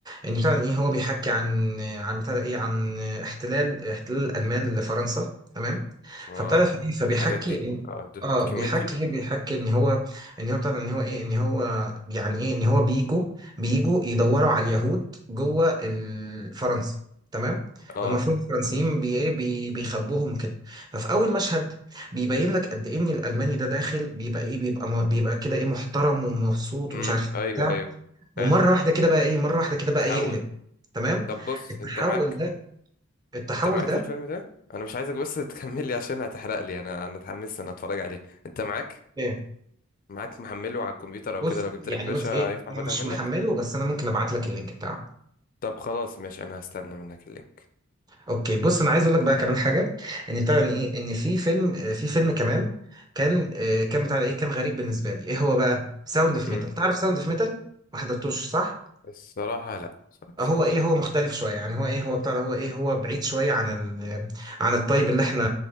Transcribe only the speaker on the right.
ان بتاع ده ايه هو بيحكي عن عن بتاع ده ايه عن احتلال احتلال الالمان لفرنسا تمام
فبتاع ده فايه فبيحكي
إن-
اه
بيحكي ايه بيحكي ان هو ان هو بتاع ده ان هو ايه ان هو يعني ايه ان هو بيجوا بيجوا يدوروا على اليهود جوه ال- فرنسا تمام
والمفروض الفرنسيين بي ايه بي- بيخبوهم كده ففي اول مشهد بيبين لك قد ايه ان الالماني ده داخل بيبقى ايه بيبقى م- بيبقى كده ايه محترم ومبسوط
ومش عارف إيه
بتاع
ومره
واحده كده بقى ايه مره واحده كده
بقى يقلب تمام
التحول
ده التحول
ده
ايه
بص
يعني
بص ايه
انا
مش
محمله بس انا ممكن ابعت لك اللينك بتاعه
اوكي بص انا عايز اقول لك بقى كمان حاجه ان بتاع ان ايه ان في فيلم آه، في فيلم كمان كان آه، كان بتاع ايه كان غريب بالنسبه لي ايه هو بقى ساوند اوف
ميتال تعرف ساوند اوف ميتال ما حضرتوش صح
هو
ايه
هو مختلف شويه يعني هو ايه هو بتاع ده، هو ايه هو بعيد شويه عن ال عن الطيب اللي احنا